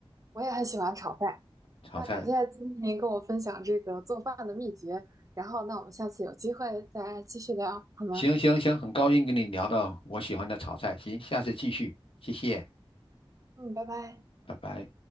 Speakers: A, on the right; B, on the left.
A: 我也很喜欢炒饭。
B: 炒菜，
A: 那感谢今天跟我分享这个做饭的秘诀，然后那我们下次有机会再继续聊，好吗？
B: 行行行，很高兴跟你聊到我喜欢的炒菜，行，下次继续，谢谢，
A: 嗯，拜拜。
B: 拜拜。